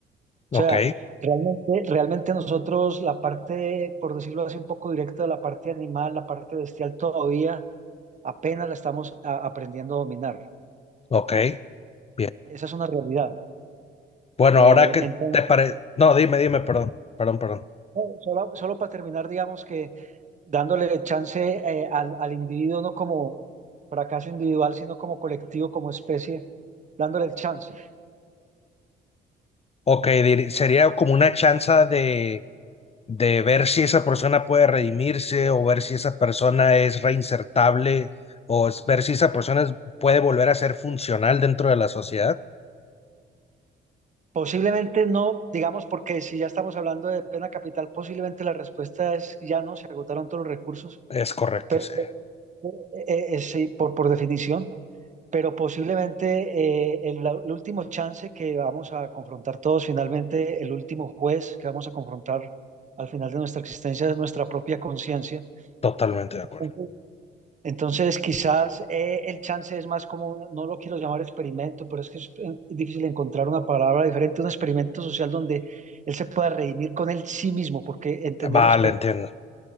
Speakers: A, on the left; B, on the right.
A: ok,
B: O sea, realmente, realmente nosotros la parte, por decirlo así, un poco directa de la parte animal, la parte bestial, todavía apenas la estamos a- aprendiendo a dominar.
A: ok. Bien.
B: Esa es una realidad.
A: Bueno,
B: Eh,
A: ahora que
B: entonces,
A: te parece... No, dime, dime, perdón, perdón, perdón.
B: bueno, solo, solo para terminar, digamos que dándole chance eh, al, al individuo, no como fracaso individual, sino como colectivo, como especie, dándole el chance.
A: Ok, diri- sería como una chance de de ver si esa persona puede redimirse o ver si esa persona es reinsertable o es- ver si esa persona es- puede volver a ser funcional dentro de la sociedad.
B: Posiblemente no, digamos, porque si ya estamos hablando de pena capital, posiblemente la respuesta es ya no, se agotaron todos los recursos.
A: Es correcto,
B: Pe-
A: sí.
B: pero Eh, eh, eh, sí, por, por definición, pero posiblemente eh, el, la- el último chance que vamos a confrontar todos, finalmente el último juez que vamos a confrontar al final de nuestra existencia es nuestra propia conciencia.
A: Totalmente de acuerdo.
B: Entonces, entonces, quizás eh, el chance es más como, un- no lo quiero llamar experimento, pero es que es eh, difícil encontrar una palabra diferente, un experimento social donde él se pueda redimir con él sí mismo, porque entendemos
A: Vale,
B: que
A: entiendo.